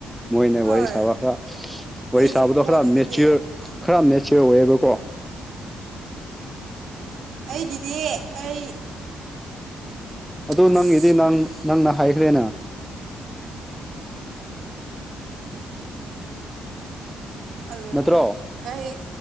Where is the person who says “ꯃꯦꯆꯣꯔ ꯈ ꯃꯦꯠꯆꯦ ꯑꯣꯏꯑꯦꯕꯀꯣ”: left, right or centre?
Centre